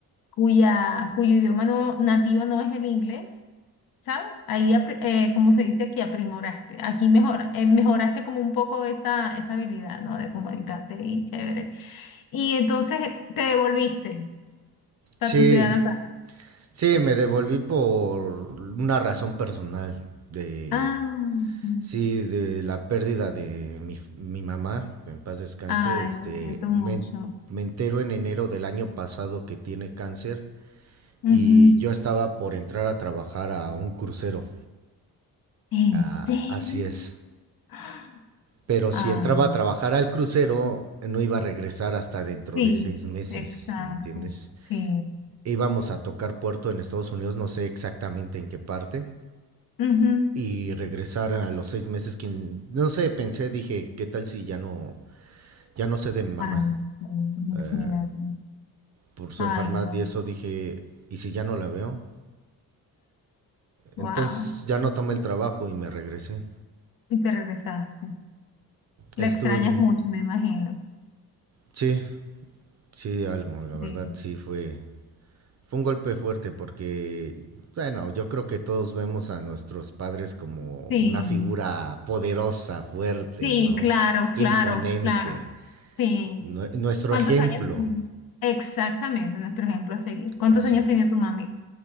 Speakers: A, on the left (about 65°); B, on the right (about 45°).
A: cuya, cuyo idioma no, nativo no es el inglés, ¿sabes? Ahí, apri- eh, como se dice aquí, aprimoraste. Aquí mejor, eh, mejoraste como un poco esa, esa habilidad, ¿no? De comunicarte y chévere. Y entonces te devolviste a
B: Sí,
A: tu ciudad natal.
B: sí, me devolví por una razón personal de
A: Ah, ok.
B: Sí, de la pérdida de mi, mi mamá, que en paz descanse,
A: Ay,
B: este,
A: lo siento mucho.
B: me, en- me entero en enero del año pasado que tiene cáncer
A: Ujú.
B: y yo estaba por entrar a trabajar a un crucero.
A: ¿En
B: Ah,
A: serio?
B: así es.
A: <gasps>
B: Pero si
A: Ah,
B: entraba a trabajar al crucero, no iba a regresar hasta dentro
A: sí,
B: de seis meses,
A: exacto,
B: ¿me entiendes?
A: sí.
B: Íbamos a tocar puerto en Estados Unidos, no sé exactamente en qué parte,
A: Ujú.
B: y regresar a los seis meses, quin- no sé, pensé, dije, ¿qué tal si ya no ya no sé de mi mamá.
A: Ay, sí, imagínate.
B: eh, por su
A: Ay,
B: enfermedad
A: no.
B: y eso dije, ¿y si ya no la veo?
A: Wow.
B: Entonces ya no tomé el trabajo y me regresé.
A: Y te regresaste. La
B: Estuve,
A: extrañas
B: mm,
A: mucho, me imagino.
B: sí, sí, algo,
A: Sí,
B: la verdad, sí fue, fue un golpe fuerte porque, bueno, yo creo que todos vemos a nuestros padres como una
A: sí,
B: figura poderosa, fuerte,
A: sí,
B: ¿no?
A: claro, claro,
B: Imponente,
A: claro. Sí.
B: nue- nuestro
A: ¿Cuántos
B: ejemplo,
A: años tenía? Exactamente, nuestro ejemplo a seguir. ¿Cuántos
B: así,
A: años tenía tu mami?